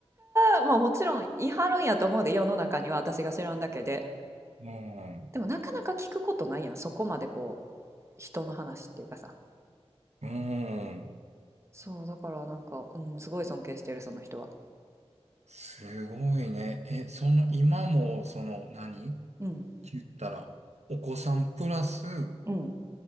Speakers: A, on the right; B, on the right.
A: なか、まあもちろん言い張るんやと思うで、世の中には私が知らんだけで。
B: う。も
A: でもなかなか聞くことないやん、そこまでこう、人の話っていうかさ。
B: う、うん。
A: そう、だからなんか、うん、すごい尊敬してる、その人は。
B: すごいね。え、その、今も、その、何
A: うん、
B: 言ったら、お子さんプラス、
A: うん。